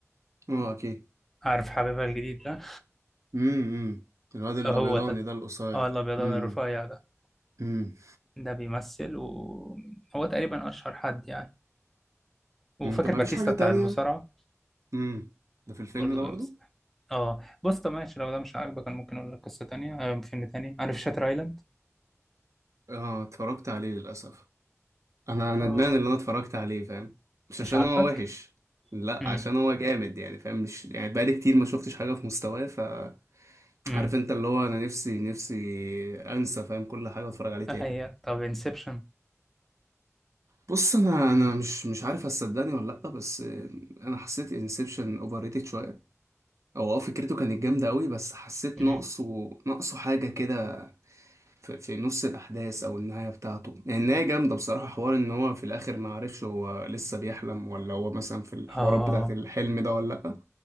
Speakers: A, on the right; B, in the centre.
A: اه اكيد
B: عارف حبيبها الجديد ده
A: امم الواد الابيضاني
B: هو ده
A: ده القصير
B: اه الابيضان
A: امم
B: الرفيع ده
A: امم
B: ده بيمثل وهو تقريبا اشهر حد يعني وفاكر
A: طب ما
B: باتيستا
A: فيش حاجه
B: بتاع
A: تانية
B: المصارعه
A: امم ده في الفيلم
B: برضه
A: ده
B: بيمثل
A: برضو
B: اه بص طب ماشي لو ده مش عاجبك انا ممكن اقول لك قصه تانية آه، فيلم تاني عارف شاتر ايلاند
A: اه اتفرجت عليه للأسف انا ندمان
B: اه
A: اللي انا اتفرجت عليه فاهم مش عشان
B: مش عاجبك
A: هو وحش لا
B: امم
A: عشان هو جامد يعني فاهم مش يعني بقالي كتير ما شفتش حاجة في مستواه فعارف
B: امم
A: انت اللي هو انا نفسي نفسي انسى فاهم كل حاجة اتفرج عليه تاني
B: هي طب انسبشن
A: بص انا انا مش مش عارف هتصدقني ولا لا بس انا حسيت انسبشن اوفر ريتد شويه او اه فكرته كانت جامده قوي بس حسيت
B: امم
A: ناقصه ناقصه حاجه كده في, في نص الأحداث أو النهاية بتاعته يعني النهاية جامدة بصراحة حوار إن هو في الآخر ما عرفش هو لسه بيحلم ولا هو مثلا في الحوارات
B: اه
A: بتاعة الحلم ده ولا لأ